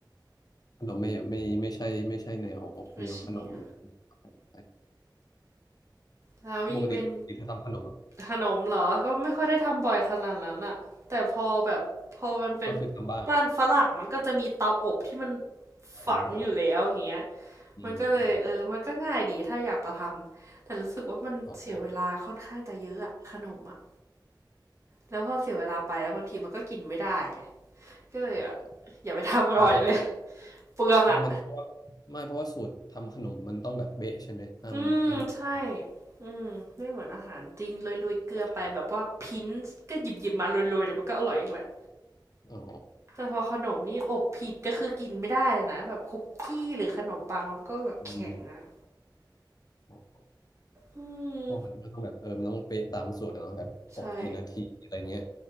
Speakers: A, on the left; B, on the right.
A: ขนมไม่ไม่ไม่ใช่ไม่ใช่แนวแนวขนมเลย
B: ไม่ใช่เนี่ย
A: ใช่
B: แล้วมีเมน
A: ปกติปกติถ้าทำขนมเหรอะ
B: ขนมเหรอก็ไม่ค่อยได้ทำบ่อยขนาดนั้นอะแต่พอแบบพอมันเป็น
A: ก็คือทำบ้าง
B: บ้านฝรั่งมันก็จะมีเตาอบที่มันฝังอยู่แล้วอย่างเงี้ย
A: มีเตาอบอืมอืม
B: มันก็เลยเออมันก็ง่ายดีถ้าอยากจะทำแต่รู้สึกว่ามันเสียเวลาค่อนข้างจะเยอะอะขนมอะ
A: อ๋ออ
B: แล้วพอเสียเวลาไปแล้วบางทีมันก็กินไม่ได้ไงก็เลยอะ
A: ๋อ
B: อย่าไปทำอร่อยเลย
A: เพราะว่าแบบว่า
B: <laughs> เปลืองอะ
A: เพราะว่ามันเพราะว่าไม่เพราะว่าสูตรทำขนมมันต้องแบบเบ๊ะใช่ไหมห้ามห้ามผิด
B: อืมใช่อืมไม่เหมือนอาหารจริงโรยๆเกลือไปแบบว่าพิ้นก็หยิบๆมาโรยๆแต่มันก็อร่อยเองแหละ
A: เข้าใจอ๋อ
B: แต่พอขนมนี่อบผิดก็คือกินไม่ได้เลยนะแบบคุกกี้หรือขนมปังมันก็แบบแข็งอ่ะ
A: อืมเพ
B: อืม
A: ราะมันก็ต้องแบบเออมันต้องเป๊ะตามสูตรอะเนาะแบบอบกี่นาทีอะไรเงี้ย
B: ใช่